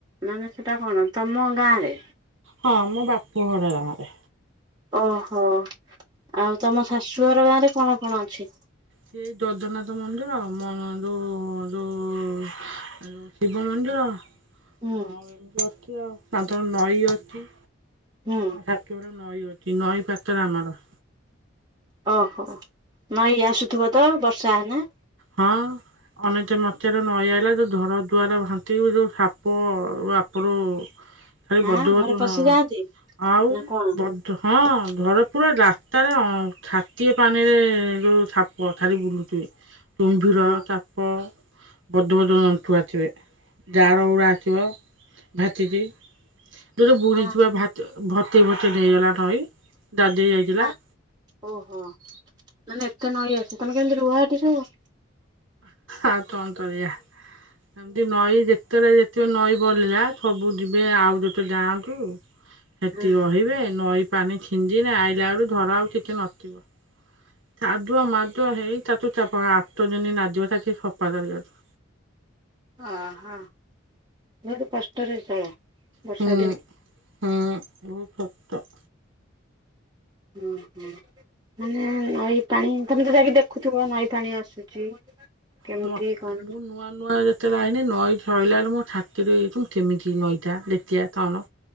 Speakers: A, on the right; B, on the right.
A: ମାନେ ସେଟା କଣ ତମ ଗାଁ ରେ?
B: ହଁ ମୋ ବାପ ଘର ଗାଁ ରେ।
A: ଓହୋ ଆଉ ତମ ଶାଶୁଘର ଗାଁ ରେ କଣ କଣ ଅଛି?
B: ସେଇ ଦୈଦନାଥ ମନ୍ଦିର ଆ ମୋ ଯୋଉ ଯୋଉ ଶିବ ମନ୍ଦିର।
A: ହୁଁ
B: ଆଉ ଏମିତି ଅଛି ଆଉ ସାଧାରଣ ନଈ ଅଛି।
A: ହୁଁ।
B: ଶାଶୁଘରେ ନଈ ଅଛି ନଈ ପାତ୍ର ଆମର।
A: ଓହୋ ନଈ ଆସୁଥିବ ତ ବର୍ଷା ହେଲେ?
B: ହଁ। ଅନସୋତ ମସିହାରେ ନଈଆଇଲା ଯୋଉ ଘରଦ୍ୱାର ଭାସି ଯୋଉ ସାପ ବାପା ଲୋ। ଖାଲି ବଡ
A: ଆଁ ଘରେ
B: ବଡ
A: ପଶି
B: ହ
A: ଯାଆନ୍ତି
B: ଆଉ
A: ନା କଣ?
B: ବ ହଁ ଘରେ ପୁରା ରାସ୍ତାରେ ଛାଟିଏ ପାଣିରେ ଯୋଉ ସାପ ଖାଲି ବୁଲୁଥିବେ। କୁମ୍ଭୀର
A: ହଁ
B: ସାପ। ବଡ଼ ବଡ଼ ଜନ୍ତୁ ଆଥିବେ ଜାଳ ଗୁଡ଼ା ଆଥିବ ଭାସିକି। ଦୁଇଟା ବୁଢି
A: କଣ
B: ଛୁଆ ଭାସି ଭସେଇ ଭସେଇ ନେଇଗଲା ନଈ ଦାଧେଇ ଯାଇଥିଲା।
A: ନା ଓହୋ ମନେ ଏତେ ନଈ ଆସେ ତମେ କେମିତି ରୁହ ଏଠି ସବୁ।
B: ଆଉ ତନ୍ତକରିଆ। ଏମିତି ନଈ ଯେତେବେଳେ ଯେତେବେଳେ ନଈ ବଡିଲା ସବୁ ଯିବେ ଆଉ ଗୋଟେ ଗାଁକୁ। ସେଠି
A: ହଁ
B: ରହିବେ ନଈ ପାଣି ଛିଣ୍ଡିଲା ଆଇଲା ବେଳକୁ ଘର ଆଉ କିଛି ନଥିବ। ଚାଦୁଅ ମାଦୁଅ ହେଇ ତାକୁ ତାପରେ ଆଠ ଦିନ ନାଗିବ ତାଠି ସଫା ତରିବାକୁ।
A: ଆହା ବହୁତ କଷ୍ଟରେ ଚଳ। ବର୍ଷା
B: ହଁ ହୁଁ ବହୁତ କଷ୍ଟ।
A: ହୁଁ ହୁଁ ମାନେ ନଈ ପାଣି ତମେ ତ ଯାଇକି ଦେଖୁଥିବ ନଈ ପାଣି ଆସୁଛି? କେମିତି
B: ମତ
A: କଣ?
B: ମୁଁ ନୂଆ ନୂଆ ଯେତେବେଳେ ଆଇନି ନଈ ଧରିଲା ବେଳେ ମୁଁ ଛାକି ଦେଇୁ କେମିତି ନଈଟା ଦେତିଆ କଣ?